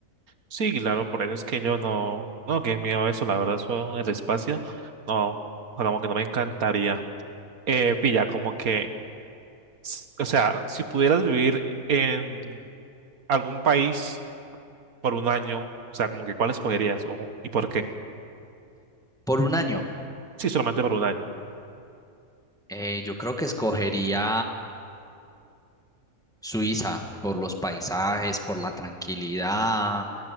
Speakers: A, on the right; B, in the centre.
A: Sí, claro, por eso es que yo no, no, qué miedo eso, la verdad, eso, el espacio, no, como que no me encantaría. Eh, pilla, como que, s- o sea, si pudieras vivir en algún país por un año, o sea, como que cuál escogerías o, y por qué.
B: Por un año,
A: Sí, solamente por un año.
B: eh, yo creo que escogería Suiza, por los paisajes, por la tranquilidad,